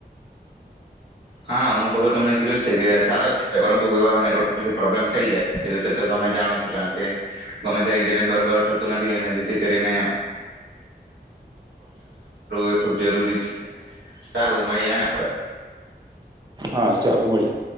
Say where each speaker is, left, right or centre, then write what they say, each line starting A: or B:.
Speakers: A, on the right; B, on the right.
A: હા અનુભવ તો તમને કીધ્યો છે કે સારો જ છે પરંતુ કોઈ વાર પ્રોબ્લેમ થઈ જાય છે તો તમે જાણો છો કારણ કે ગમે ત્યારે ઇન્ટરનેટ બરાબર. જેથી કરી એ જરૂરી છે સારું મળીને.
B: હા ચાલો મળ્યું.